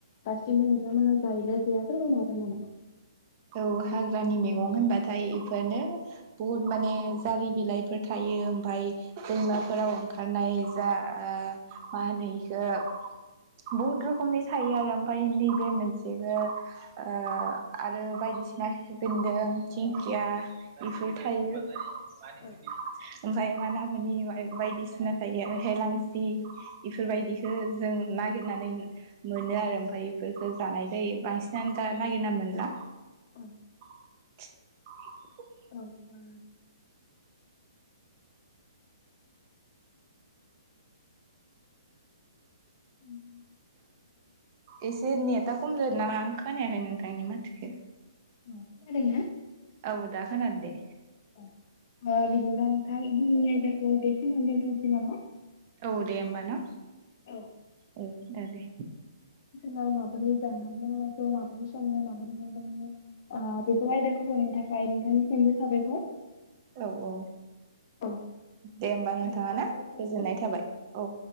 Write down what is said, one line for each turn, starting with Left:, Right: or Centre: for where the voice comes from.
Left: दासिमबो नोंथांमोना जायोना जाया फोरमायनो हागोन नामा?
Right: औ हाग्रानि मैगं होनबाथाय इफोरनो बहुत माने
Left: औ
Right: जारि बिलाइफोर थायो ओमफाय दैमाफोराव ओंखारनाय जा ओ मा होनो इखौ बुहुद रखमनि थायो आरो ओमफाय नैबे मोनसेखौ ओ आरो बायदिसिना खिफि बेन्दों दिंखिया बेफोर थायो। माने बिदिन्थि
Left: औ
Right: ओमफाय माना मुनि बाय- बायदिसिना थायो आरो हेलांसि इफोरबायदिखो
Left: औ ओ
Right: जों नागिरनानै मोनो आरो ओमफाय बेफोरफोरखौ जानाय जायो बांसिनानो दा नागिरना मोनला।
Left: औ
Right: <inaudible>
Left: औ बा <unintelligible>
Right: एसे नेटा खम जादों नामा? खोनायाखै नोंथांनि माथोखो
Left: अ खोनादोंना?
Right: औ दा खोनादो दे।
Left: ओ बिदिब्ला नोंथां जोंनि आयदाखौ बेखिनियावनो दोनथनोसै नामा?
Right: औ दे होमबा न।
Left: औ
Right: औ ओ दे।
Left: नाव माबोरै जानाय लोंनायखौ माबोरै सङो माबोरै माबो ओ बेफोर आयदाखौ बुंनो थाखाय नोंथांनिसिमबो साबायखर।
Right: औ औ
Left: औ
Right: दे होमबा
Left: बिदिब्ला
Right: नोंथाङा ना
Left: दोनथ'नोसै।
Right: गोजोननाय थाबाय औ।